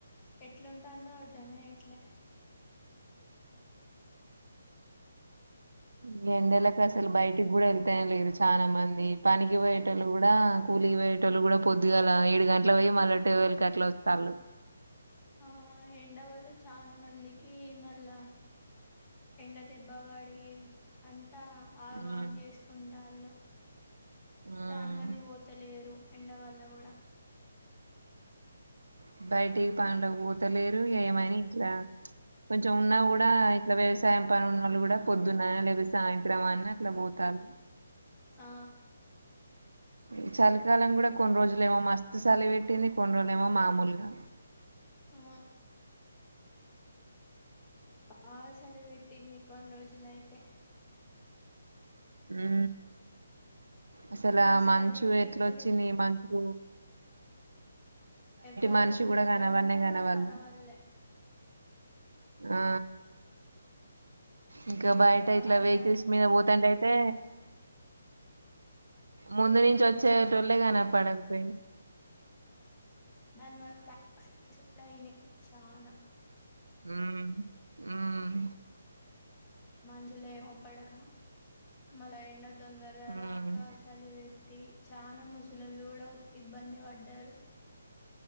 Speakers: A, on the left (about 20°); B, on the right (about 65°).
A: ఎట్లా ఉంటాందో అర్ధమే ఎయాట్లే
B: ఈ ఎండలకి అసలు అసలు బయటికి కూడా వెళ్తేనే లేరు చాలా మంది పనికి పోయేటొళ్ళు కూడా కూలికి పోయేటొళ్ళు కూడా పొద్దుగాల ఏడు గంటలకీ పోయ్యి మళ్ళీ ట్వల్వ్ కీ గట్ల వస్తాల్లు
A: ఆ ఎండ వల్ల చాలా మందికి మళ్ళా ఎండ దెబ్బపడి అంత్ అంత ఆగమాగం
B: ఉమ్
A: చేసుకుంటాళ్ళు
B: ఉమ్
A: చాలా మంది పోతలేరు ఎండ వల్ల కూడా
B: ఉ బయ ఏ పనులకు పోతలేరు ఏమైనా ఇట్లా కొంచెం ఉన్నా కూడా ఇట్లా వ సాయం పనులున్నళ్ళు కూడా పొద్దున్న లేపో సాయంత్రం ఐనా అట్లా పోతారు
A: ఆ
B: ఈ చలికాలం కూడా కొన్ని రోజులు ఏమో మస్తు చలి పెెట్టింది కొన్ని రోజులు ఏమో మామూలుగా
A: ఆ బా సలు పెట్దిని కొన్ రోజుల అయితే
B: ఉ అసలు
A: ఆ
B: మంచు
A: చలికి
B: ఎట్లా
A: అసలుకి
B: వచ్చింది మంచు
A: ఎవ్వరు
B: మనిషి
A: అసలు
B: కూడా
A: ఇక్కడన్నా
B: కనవడనే కనవడలే
A: కూడా కనవళ్లే
B: ఆ ఇంకా
A: ఇగ
B: బయట ఇట్లా
A: అస
B: వెహికల్స్ మీద పోతాంటయి తే ముందు నుంచి వచ్చేోళ్ళే
A: ఆ
B: గానపడకపోయెది
A: దాని వల్ల క్సీ కూడా ఐనయ్ చానా
B: ఉ ఉ
A: మంచలో ఏమగనప్పడక మళ ఎండో తొందర
B: ఉమ్
A: రాకా సాలివెట్ టి చాలా ముసలోలు కూడా ఇబ్బంది పడ్డారు